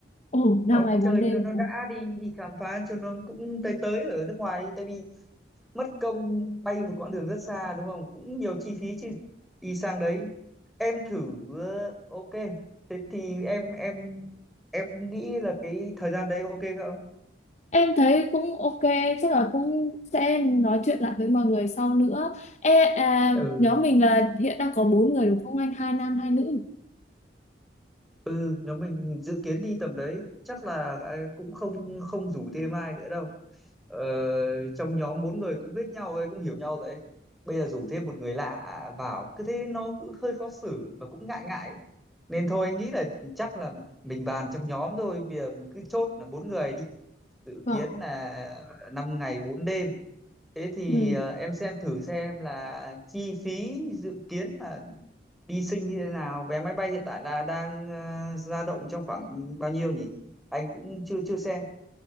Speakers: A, on the left; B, in the centre.
A: Ồ, năm
B: Nó
A: ngày bốn
B: chơi
A: đêm.
B: cho nó đã đi đi khám phá cho nó cũng tới tới ở nước ngoài đi. tại vì mất công bay một quãng đường rất xa đúng không cũng nhiều chi phí chứ đi sang đấy em thử ờ, ok thế thì em em em nghĩ là cái thời gian đấy ok không
A: Em thấy cũng ok, chắc là cũng sẽ nói chuyện lại với mọi người sau nữa. Ê, à,
B: ừ
A: nhóm mình là hiện đang có bốn người đúng không anh? Hai nam, hai nữ.
B: ừ nếu mình dự kiến đi tầm đấy chắc là ờ, cũng không không rủ thêm ai nữa đâu Ờ, trong nhóm bốn người cũng biết nhau ấy cũng hiểu nhau rồi ấy. bây giờ rủ thêm một người lạ vào cứ thế nó cũng hơi khó xử và cũng ngại ngại nên thôi anh nghĩ là chắc là mình bàn trong nhóm thôi bây giờ mình cứ chốt là bốn người đi dự
A: Vâng.
B: kiến là năm ngày bốn đêm thế thì
A: Ừ.
B: ờ, em xem thử xem là chi phí dự kiến là đi sinh như thế nào vé máy bay hiện tại là đang ờ, dao động trong khoảng bao nhiêu nhỉ anh cũng chưa chưa xem